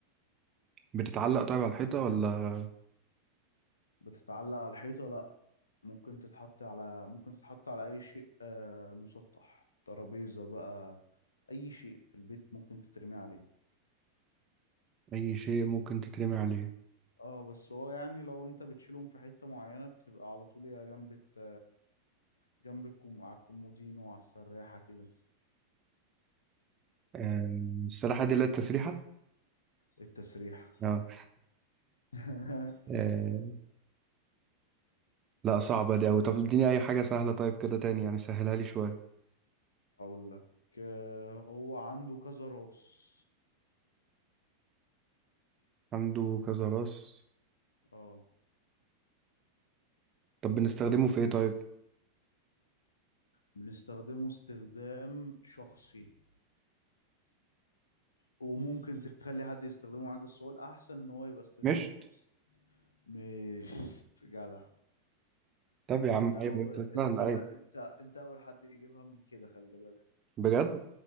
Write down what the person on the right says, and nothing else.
بتتعلق طيب على الحيطة ولا
أي شيء ممكن تترمي عليه
أه... السلاحة دي اللي هي التسريحة
اه
آه، لا صعبة دي أوي طب اديني أي حاجة سهلة طيب كده تاني يعني سهلها لي شوية
عنده كذا راس
طب بنستخدمه في إيه طيب
مشت
طب يا عم
أيوة أنت
سهلة
أيوة
بجد